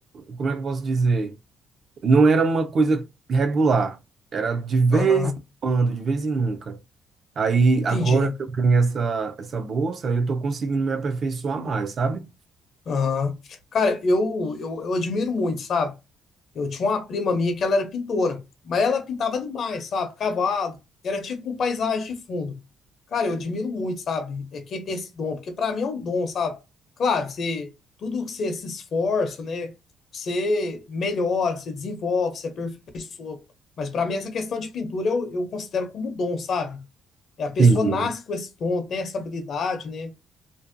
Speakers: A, on the right (about 45°); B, on the left (about 55°).
A: como é que eu posso dizer? Não era uma coisa regular, era de vez
B: aham.
A: em quando, de vez em nunca. Aí, agora
B: Entendi.
A: que eu ganhei essa, essa bolsa, eu tô conseguindo me aperfeiçoar mais, sabe?
B: Aham. Cara, eu, eu, eu admiro muito, sabe? Eu tinha uma prima minha que ela era pintora, mas ela pintava demais, sabe? Cavalo, era tipo com paisagem de fundo. Cara, eu admiro muito, sabe? É quem tem esse dom, porque pra mim é um dom, sabe? Claro, você, tudo que você se esforça, né? Você melhora, você desenvolve, você aperfeiçoa. Mas pra mim essa questão de pintura eu, eu considero como um dom, sabe? É a pessoa
A: Entendi.
B: nasce com esse dom, tem essa habilidade, né?